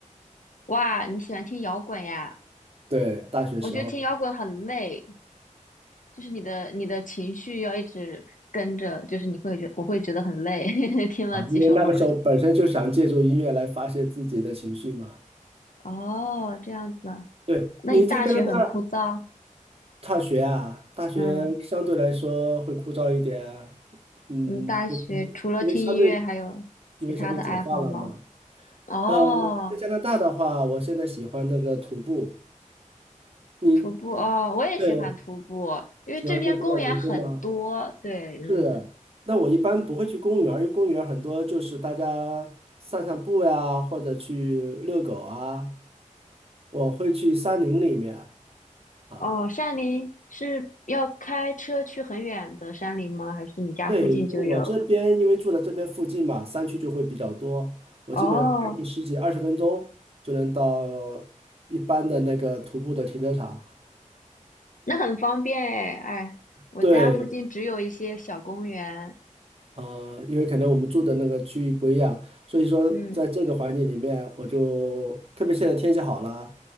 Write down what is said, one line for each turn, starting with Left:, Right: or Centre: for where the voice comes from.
Left: 哇，你喜欢听摇滚呀？
Right: 对，大学时候
Left: 我觉得听摇滚很累，就是你的你的情绪要一直跟着，就是你会觉我会觉得很累，<laughs> 听了几首后又觉
Right: 啊，因为那个时候本身就想借助音乐来发泄自己的情绪嘛。
Left: 哦这样子啊，
Right: 对，
Left: 那你大学很枯燥？
Right: 你在加拿大大学啊，大学相对来说会枯燥一点啊，
Left: 嗯，
Right: 嗯，
Left: 你大学除了听音乐还有其他的爱好吗？
Right: 因为因为相对因为相对解放了嘛。
Left: 哦，
Right: 呃，在加拿大的话，我现在喜欢那个徒步，你
Left: 徒步哦，我也喜欢徒步，
Right: 对
Left: 因为这边公园很多。
Right: 喜欢去户外徒步吗？
Left: 对，嗯，
Right: 是，那我一般不会去公园儿因为公园儿很多就是大家散散步呀，或者去遛狗啊。我会去山林里面啊，
Left: 哦，山林是要开车去很远的山林吗？还是你家附近就有？
Right: 对，因为我这边因为住在这边附近嘛，山区就会比较多，我基本上开个十几二十分钟就能到
Left: 哦，
Right: 一般的那个徒步的停车场。
Left: 那很方便哎，哎，我家附近只有一些小公园。
Right: 对，呃，因为可能我们住的那个区域不一样，所以说在这个环境里面，
Left: 嗯，
Right: 我就特别现在天气好了，